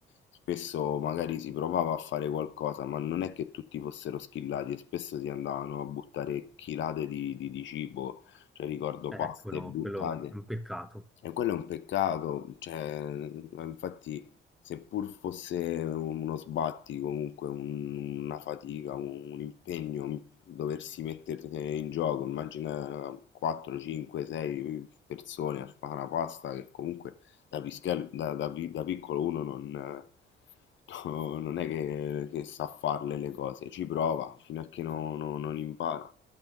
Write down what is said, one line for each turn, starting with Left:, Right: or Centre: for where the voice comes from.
Left: Spesso magari si provava a fare qualcosa, ma non è che tutti fossero schillati e spesso si andavano a buttare chilate di, di- di cibo, cioè ricordo
Centre: Ecco,
Left: paste
Centre: no,
Left: buttate.
Centre: quello è un peccato.
Left: E quello è un peccato, cioè, ma infatti seppur fosse uno sbatti, comunque un- una fatica, un, un impegno, mm, doversi mettere in gioco, immagina 4, 5, 6 persone a fare una pasta che comunque da, pischel- da- da pi- da piccolo uno non, <laughs> no, non è che, che sa farle le cose, ci prova fino a che non non- non impara.